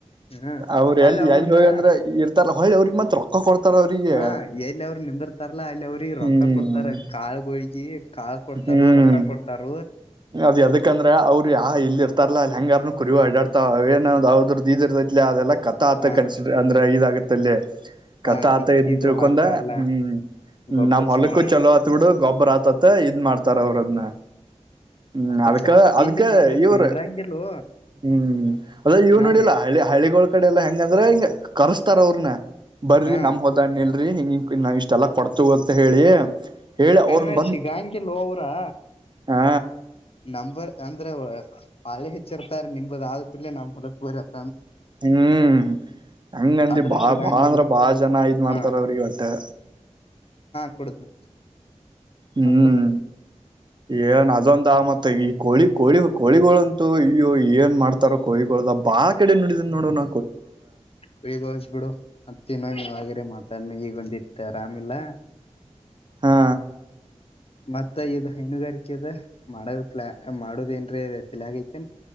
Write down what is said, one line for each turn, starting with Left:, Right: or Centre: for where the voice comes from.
Left: ಹ
Right: ಅವ್ರ
Left: ಹೊಳ್ಳಿ
Right: ಎಲ್ಲಿ
Left: ಅವ್ರನ್ನ
Right: ಎಲ್ಲಿ ಹೋಗಿ ಅಂದ್ರೆ ಇರ್ತಾರ ಹಯಿ ಅವ್ರಿಗೆ ಮತ್ ರೊಕ್ಕ ಕೊಡ್ತಾರ ಅವ್ರಿಗೆ
Left: ಹಾ ಎಲ್ಲಿ ಅವ್ರ ನಿಂದಿರ್ತಾರಲ್ಲಾ ಅಲ್ಲಿ ಅವ್ರಿಗೆ
Right: ಹ್ಮ್
Left: ರೊಕ್ಕ ಕೊಡ್ತಾರ ಕಾಳ್ಗೊಳಿಗಿ ಕಾಳ್ ಕೊಡ್ತಾರ
Right: ಹ್ಮ್
Left: ರೊಕ್ಕ ಕೊಡ್ತಾರ
Right: ಅದ್ ಅದಕ್ಕಂದ್ರೆ ಅವರು ಯ ಇಲ್ಲಿ ಇರ್ತಾರ ಹೆಂಗಾರನು ಕುರಿವು ಆಡಾಡ್ತಾವ ಏನಾವದ್ರ್ ಇದಿರ್ದೈಲಿ ಅದೆಲ್ಲ ಕಥಾತ
Left: ಹ
Right: ಕನ್ಸ ಅಂದ್ರೆ ಈ ಆಗುತ್ತಲ್ಲ ಕತ್ತ
Left: ಹ
Right: ಆತ
Left: ಹಿಕ್ಕಿದು
Right: ಇದ ತಿಳ್ಕೊಂಡ
Left: ಹಾಕಾರ್ಲಾ
Right: ಹ್ಮ್
Left: ಗೊಬ್ಬರ್
Right: ನಮ್ಮ್ ಹೊಲಕ್ಕು
Left: ಸಮಾನ
Right: ಚಲೋ ಆತ್ ಬಿಡು ಗೊಬ್ಬರ ಆತತ್ತ ಇದ್ ಮಾಡ್ತಾರ ಅವ್ರ ಅದ್ನ್ನ ಹ್ಮ್
Left: ಅದ್ರ
Right: ಅದ್ಕ
Left: ಸಂಬಂಧ
Right: ಅದ್ಕ
Left: ಇಲ್ಲಿ ನಮ್ಮಲ್ಲಿ
Right: ಇವ್ರ
Left: ನಿಂದ್ರಂಗಿಲ್ಲೋ
Right: ಹ್ಮ್ ಅದೇ ಇ
Left: ನಾವ್
Right: ನೋಡಿಲ್ಲ
Left: ಎ-
Right: ಹಿ ಹಳ್ಳಿಗಳ ಕಡೆ ಎಲ್ಲಾ ಹೆಂಗ ಇದಂದ್ರಂಗ ಕರ್ಸ್ತಾರ ಅವ್ರನ ಬರ್ರಿ
Left: ಹಾ
Right: ನಮ್ ಹೋದ ಹಣ್ಣಿಲ್ ರಿ ಹಿಂಗಿಂಗ ನಾವ ಇಷ್ಟೆಲ್ಲಾ ಕೊಡ್ತ ಅಂತ ಹೇಳಿ ಹೇಳಿ
Left: ಸರಿಮ
Right: ಅವ್ರನ್
Left: ಶಗಾಂಗೆ ಲೋವರಾ
Right: ಹಾ
Left: ನಂಬಂಬರ್ ಅಂದ್ರೆ ಬಳೆ ಹೆಚ್ಚಿರ್ತಾರೆ ನಿಮ್ದದ ಆದ ಕೂಡಲೇ ನಮ್ರ ಬ
Right: ಹ್ಮ್ ಹಂಗಂದಿ
Left: ಆದ್ರೂ
Right: ಬಾ
Left: ಸಿಗಂಗಿಲ್ಲ
Right: ಬಾಳ್ ಅಂದ್ರ ಬಾಳ ಜನ ಇದ್ ಮಾಡ್ತಾರ
Left: ಹಾ
Right: ಅವ್ರಿಗೆ ಹೊಟ್ಟೆ
Left: <unintelligible>
Right: ಹ್ಮ್
Left: ಮತ್ತ
Right: ಏನ್ <inaudible> ಇದೊಂದ ಮತ್ತೆ ಈ ಕೋಳಿ ಕೋಳಿ ಕೋಗಳಂತೂ ಇೋ ಏನ್ ಮಾಡ್ತಾರೋ ಕೋಿಗಳದ ಬಾಳ ಕಡೆ ನುಡಿದನ ನೋಡೋಣ
Left: ಬೇಗಯಸ್ ಬಿಡು ಮತ್ತಿನೊ ನೀ ಆರೆ ಮಾತಾಡ್ನ ಈಗೊಂದ ಆರಾಮಿಲ್ಲ
Right: ಹಾ
Left: ಮತ್ತ ಇ ಹೈನುಗಾರಿಕೆ ಅದ ಮಾಡ ಪ್ಲಾ ಮಾಡೋದೇಏನ್ರೀ ತಲ ಆಗೈತೆ